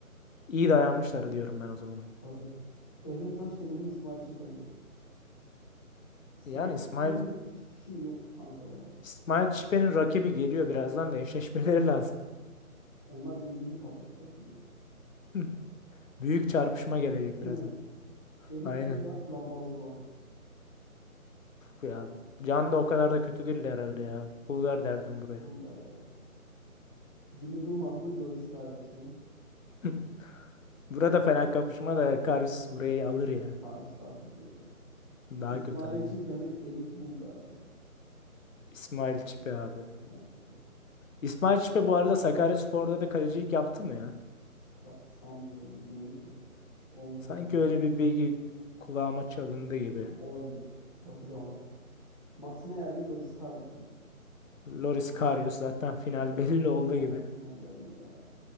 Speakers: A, on the left (about 65°); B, on the left (about 25°).
A: İyi dayanmışlar diyorum ben o zaman.
B: Tabii. Emre Taşdemir mi İsmail Çipe mi? İsmail
A: Yani İsmail
B: Çipe'nin hiçbir şeyi yoktu kanka ya.
A: İsmail Çipe'nin rakibi geliyor birazdan da eşleşmeleri lazım.
B: Onlar birbirini patlatacak gibi.
A: <laughs> Büyük çarpışma gelecek
B: Değil
A: birazdan.
B: mi? Erik
A: Aynen.
B: Pulgar, Cambaz Doğan.
A: Ya Can da o kadar da kötü değildi herhalde ya. Pul ver derdim buraya.
B: Pulgar ya. Jimmy Durmaz mı, Loris Karius mu?
A: <laughs> Burada fena kapışma da Karius burayı alır ya.
B: Karius daha kötü ya.
A: Daha
B: İsmail
A: kötü aynı.
B: Çipe mi, Erik Bulgar mı?
A: İsmail Çipe abi.
B: İsmail Çipe.
A: İsmail Çipe bu arada Sakaryaspor'da da kalecilik yaptı mı ya?
B: Sa- sanmıyorum, bilmiyorum ki. Olmuş
A: Sanki
B: olabilir
A: öyle bir bilgi kulağıma çalındı gibi.
B: Olabilir. Bakacağım ona. Max Meyer mi Loris Karius mu?
A: Loris Karius zaten final <laughs> belli oldu
B: Geldi
A: gibi.
B: final geldi ya.